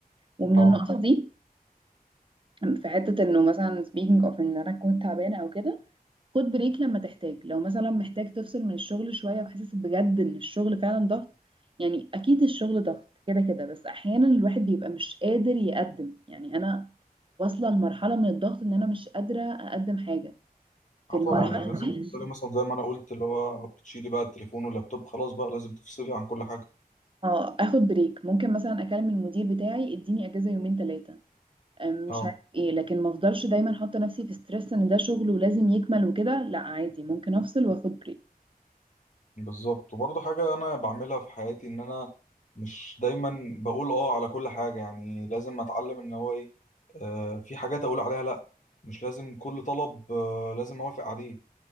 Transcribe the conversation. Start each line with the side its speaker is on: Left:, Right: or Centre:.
Right: ومن
Left: اه
Right: النقطة دي في حتة إنه مثلا speaking of إن أنا كنت تعبانة أو كده خد بريك لما تحتاج لو مثلا محتاج تفصل من الشغل شوية وحاسس بجد ان الشغل فعلا ضغط يعني اكيد الشغل ضغط كده كده بس احيانا الواحد بيبقى مش قادر يقدم يعني انا واصلة لمرحلة من الضغط ان انا مش قادرة اقدم حاجة في
Left: اه
Right: المرحلة
Left: طبعا يعني لازم
Right: دي
Left: تفصلي مثلا زي ما انا قلت اللي هو بتشيلي بقى التليفون واللابتوب خلاص بقى لازم تفصلي عن كل حاجة
Right: اه اخد بريك ممكن مثلا اكلم المدير بتاعي اديني اجازة يومين ثلاثة مش
Left: اه
Right: عارف ايه لكن ما افضلش دايما حاطة نفسي في ستريس ان ده شغل ولازم يكمل وكده لا عادي ممكن افصل واخد
Left: بالظبط وبرضه حاجة أنا بعملها في حياتي إن أنا مش دايما بقول آه على كل حاجة يعني لازم أتعلم إن هو إيه آه في حاجات أقول عليها لأ مش لازم كل طلب آه لازم أوافق عليه